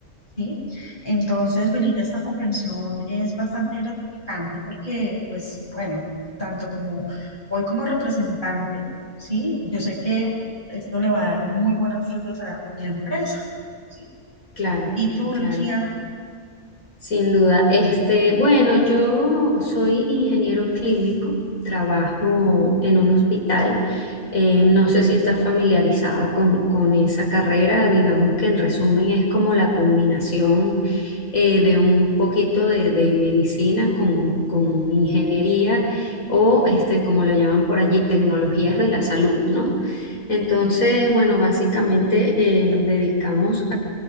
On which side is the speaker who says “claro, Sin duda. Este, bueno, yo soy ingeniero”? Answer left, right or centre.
Left